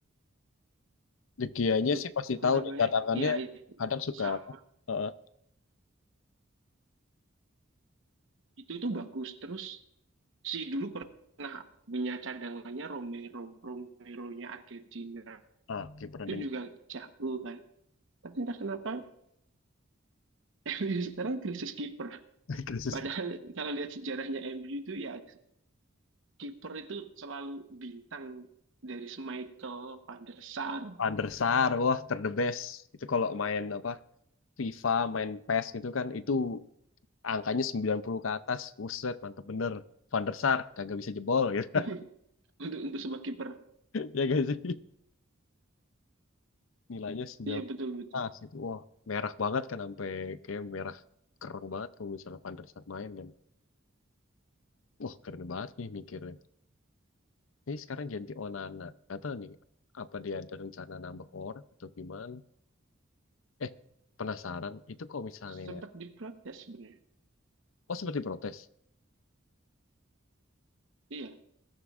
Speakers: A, on the left; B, on the right.
A: De Gea-nya
B: Lu
A: sih pasti
B: aku
A: tahu
B: namanya
A: nih, cadangannya
B: ya itu
A: kadang suka
B: Sam
A: apa, Heeh.
B: itu itu bagus. Terus si dulu pernah punya cadangannya Romero, Romero-nya Argentina.
A: ah, kiper yang
B: Itu juga jago kan. Tapi entah kenapa <laughs> MU sekarang krisis kiper.
A: <laughs> krisis.
B: Padahal kalau lihat sejarahnya MU itu ya kiper itu selalu bintang dari Schmeichel, Van der Sar
A: Van der Sar, wah ter the best. Itu kalau main apa FIFA, main PES gitu kan, itu angkanya 90 ke atas, buset, mantep bener. Van der Sar, kagak bisa jebol gitu.
B: <laughs> untuk untuk sebuah kiper
A: <laughs> Ya gak sih? Nilainya
B: Iya betul betul.
A: Tas itu wah merah banget kan sampai kayak merah kerong banget kalau misalnya Van der Sar main kan wah keren banget nih mikirnya ini sekarang ganti Onana nggak tahu nih apa dia ada rencana nambah orang atau gimana eh penasaran itu kalau misalnya
B: Sempat diprotes sebenarnya.
A: oh seperti protes
B: Iya.